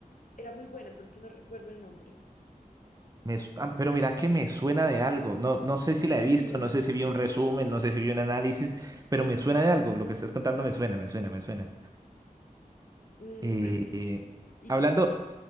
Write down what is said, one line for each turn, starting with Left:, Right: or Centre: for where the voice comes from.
Left: Era muy buena, pero es que no recuerdo el nombre.
Right: Me su- ah, pero mira que me suena de algo. No, no sé si la
Left: Y,
Right: he visto, no sé si vi un resumen, no sé si vi un análisis, pero me suena de algo. Lo que estás contando me suena, me suena, me suena.
Left: mm,
Right: Eh,
Left: ay, sí.
Right: eh,
Left: ¿Y
Right: hablando,
Left: tú?